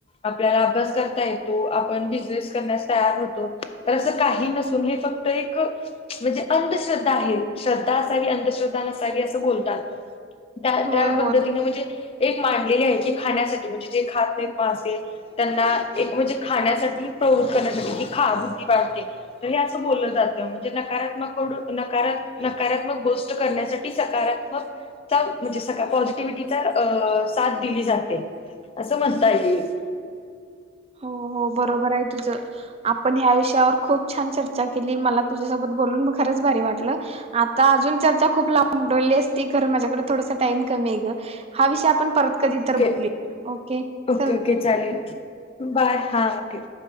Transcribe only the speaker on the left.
आपल्याला अभ्यास करता येतो आपण बिझनेस करण्यास तयार होतो तर असं काही नसून हे फक्त त एक म्हणजे अंधश्रद्धा आहे श्रद्धा असावी अंधश्रद्धा नसावी असं बोलतात त्या,
त्या पद्धतीने
म्हणजे एक मांडलेली आहे की खाण्यासाठी म्हणजे जे खात नाहीत मासे त्यांना एक म्हणजे खाण्यासाठी प्रवृत्त करण्यासाठी ही खा बुद्धी वाढते तर हे असं बोललं जात म्हणजे नकारात्म कडू नकारात्मक गोष्ट करण्यासा की सकारात्मक तक म्हणजे सका पॉझ व्हिटीत अ साथ दिली जाते असं म्हणता येईल
ओके
ओके
ओके चालेल बाय हा ठेव